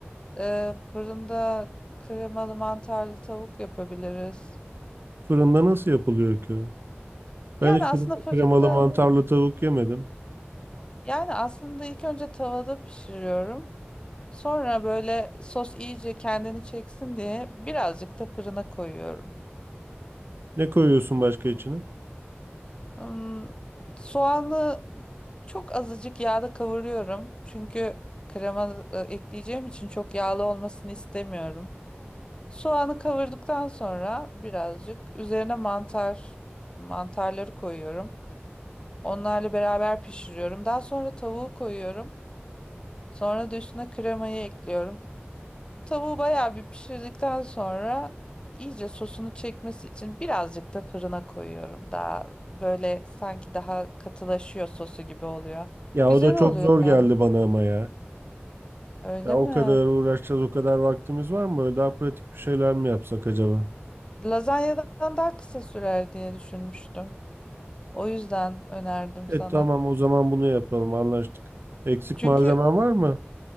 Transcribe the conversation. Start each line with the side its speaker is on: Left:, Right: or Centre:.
Left: Ee, fırında kremalı mantarlı tavuk yapabiliriz.
Right: Fırında nasıl yapılıyor ki? Ben
Left: Yani
Right: hiç fırında
Left: aslında fırında
Right: kremalı mantarlı tavuk yemedim.
Left: yani aslında ilk önce tavada pişiriyorum. Sonra böyle sos iyice kendini çeksin diye birazcık da fırına koyuyorum.
Right: Ne koyuyorsun başka içine?
Left: Hmm, soğanı çok azıcık yağda kavuruyorum. Çünkü krema e, ekleyeceğim için çok yağlı olmasını istemiyorum. Soğanı kavurduktan sonra birazcık üzerine mantar mantarları koyuyorum. Onlarla beraber pişiriyorum. Daha sonra tavuğu koyuyorum. Sonra da üstüne kremayı ekliyorum. Tavuğu bayağı bir pişirdikten sonra iyice sosunu çekmesi için birazcık da fırına koyuyorum. Daha böyle sanki daha katılaşıyor sosu gibi oluyor.
Right: Ya
Left: Güzel
Right: o da çok
Left: oluyor
Right: zor
Left: yani.
Right: geldi bana ama ya.
Left: Öyle
Right: Ya o
Left: mi?
Right: kadar uğraşacağız, o kadar vaktimiz var mı? Böyle daha pratik bir şeyler mi yapsak acaba?
Left: Lazanyadan daha kısa sürer diye düşünmüştüm. O yüzden önerdim
Right: E
Left: sana.
Right: tamam o zaman bunu yapalım anlaştık. Eksik
Left: Çünkü
Right: malzemen var mı?